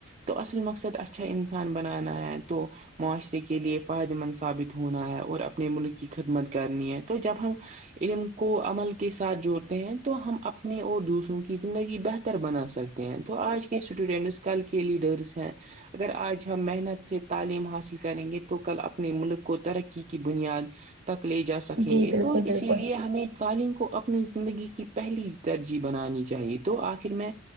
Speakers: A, on the right (about 35°); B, on the right (about 60°).
A: تو اصل مقصد اچھا انسان بنانا ہے تو معاشرے کے لیے فائدے مند ثابت ہو ہونا ہے اور اپنے ملک کی خدمت کرنی ہے تو جب ہم علم کو عمل کے ساتھ جوڑتے ہیں تو ہم اپنے اور دوسروں کی زندگی بہتر بنا سکتے ہیں تو آج کے اسٹوڈنٹس کو کل کے لیڈرس ہیں اگر آج ہم محنت سے تعلیم حاصل کریں گے تو کل اپنے ملک کو ترقی کی بنیاد تک لے جا سکیں
B: جی
A: گے
B: بالکل
A: تو اسی
B: بالکل
A: لیے ہمیں تعلیم کو اپنی زندگی کی پہلی ترجیح بنانی چاہیے تو آخر میں